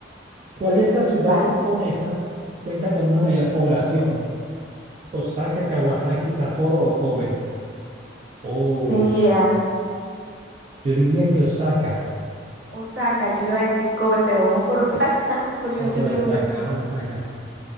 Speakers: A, on the right; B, on the right.
A: ¿Cuál de estas ciudades
B: vale.
A: japonesas cuenta con una mayor población? Osaka, Kawasaki, Sapporo o Kobe. Oh,
B: Vea.
A: yo diría que Osaka.
B: Osaka, yo iba a decir Kobe, pero vamos por Osaka, <laughs> porque
A: O
B: no estoy
A: por
B: segura.
A: Osaka, por Osaka.